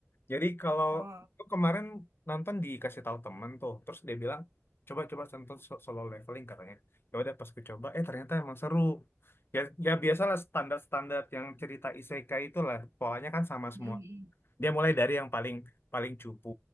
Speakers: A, on the left; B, on the right.
A: Jadi kalau
B: Heeh,
A: aku kemarin nonton dikasih tahu temen tuh, terus dia bilang coba coba nonton so- solo leveling katanya. Ya udah pas ku coba, eh ternyata emang seru. Ya ya biasalah standar-standar yang cerita isekai itulah polanya kan sama
B: mhm
A: semua.
B: mhm.
A: Dia mulai dari yang paling paling cupu,